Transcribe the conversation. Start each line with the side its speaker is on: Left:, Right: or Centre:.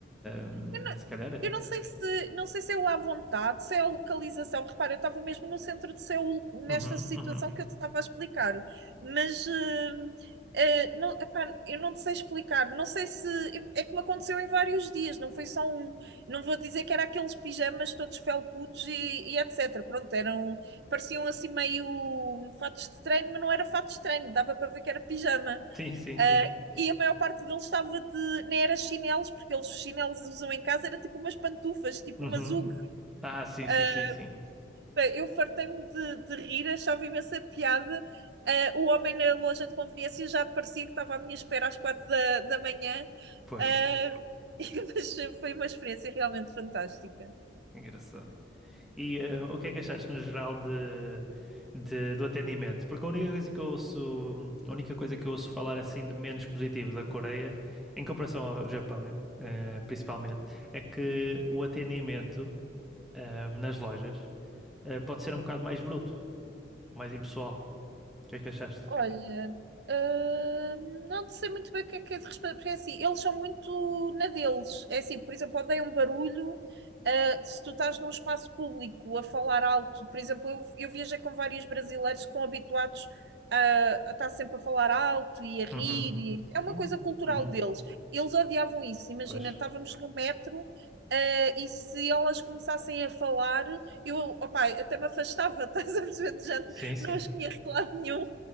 Centre: hum,
Right: Eu não,
Centre: se calhar é.
Right: eu não sei se, não sei se é o à vontade, se é a localização. Repara, eu estava mesmo no centro de Seul, nesta
Centre: Uhum,
Right: situação
Centre: uhum.
Right: que eu te estava a explicar. Mas, hum, eh, não, epá, eu não te sei explicar. Não sei se. É que me aconteceu em vários dias, não foi só um. Não vou dizer que era aqueles pijamas todos felputos e, e etc. Pronto, eram. Pareciam assim meio hum, fatos de treino, mas não era fatos de treino, dava para ver que era pijama.
Centre: Sim, sim, sim.
Right: Uh, e a maior parte deles estava de. nem era chinelos, porque eles os chinelos usam em casa, era tipo umas pantufas, tipo
Centre: Uhum.
Right: umas UG.
Centre: Ah, sim, sim,
Right: Uh,
Centre: sim, sim.
Right: eu fartei-me de, de rir, achava imensa piada. Uh, o homem na loja de conveniência já parecia que estava à minha espera às quatro da, da manhã,
Centre: Pois,
Right: uh, <laughs> mas foi uma experiência realmente fantástica.
Centre: que engraçado. E eh, o que é que achaste no geral de, de- do atendimento? Porque a única coisa que eu ouço, a única coisa que eu ouço falar assim de menos positivo da Coreia, em comparação ao Japão, em- eh, principalmente, é que o atendimento eh, nas lojas eh, pode ser um bocado mais bruto, mais impessoal. O que é que achaste?
Right: Olha, hum, não sei muito bem o que é que é de responder, porque é assim, eles são muito na deles. É assim, por exemplo, odeiam barulho. ah, se tu estás num espaço público a falar alto, por exemplo, eu, eu viajei com vários brasileiros que estão habituados a, a estar sempre a falar alto e a rir,
Centre: Uhum.
Right: e- é uma
Centre: Uh,
Right: coisa cultural
Centre: uhum.
Right: deles. Eles odiavam isso. Imagina,
Centre: Pois.
Right: estávamos no metro, ah, e se elas começassem a falar, eu, opá, até me afastava, <laughs> estás a perceber? Já
Centre: Sim, sim.
Right: não as conheço de lado nenhum.